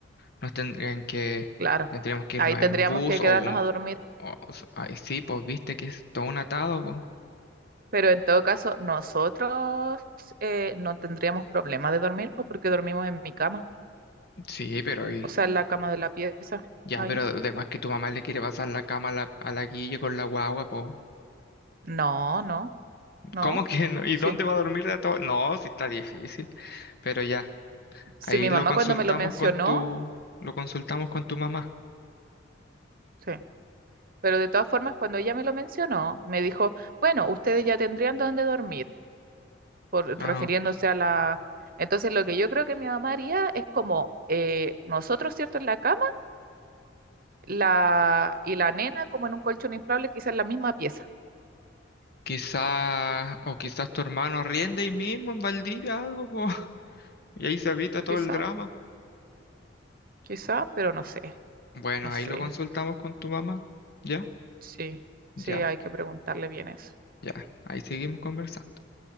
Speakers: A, on the left (about 55°); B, on the right (about 50°).
A: nos tendrían que,
B: Claro,
A: tendríamos que
B: ahí
A: irnos
B: tendríamos
A: en bus
B: que quedarnos
A: o, o,
B: a dormir.
A: o s- ay, sí, pues viste que es todo un atado, pues.
B: Pero en todo caso, nosotros eh, no tendríamos problema de dormir, pues porque dormimos en mi cama,
A: Sí, pero y,
B: o sea, en la cama de la pieza,
A: ya,
B: ahí.
A: pero además que tu mamá le quiere pasar la cama a la, a la Guille con la guagua, pues.
B: No, no. No,
A: ¿Cómo que no? ¿Y
B: sí.
A: dónde va a dormir de todo? No, sí está difícil, pero ya.
B: Sí,
A: Ahí
B: mi
A: lo
B: mamá
A: consultamos
B: cuando me lo mencionó,
A: con tu, lo consultamos con tu mamá.
B: sí. Pero de todas formas, cuando ella me lo mencionó, me dijo, bueno, ustedes ya tendrían dónde dormir, por,
A: Ah,
B: refiriéndose a la... Entonces, lo que yo creo que mi mamá haría es como eh, nosotros, ¿cierto? En la cama la, y la nena como en un colchón inflable, quizás en la misma pieza.
A: quizás, o quizás tu hermano riende ahí mismo en Valdivia algo, po, <laughs> y ahí se evita todo
B: Quizá,
A: el drama.
B: quizá, pero no sé,
A: Bueno,
B: no sé.
A: ahí lo consultamos con tu mamá. ¿Ya?
B: Sí, sí,
A: Ya,
B: hay que preguntarle bien eso.
A: ya. Ahí seguimos conversando.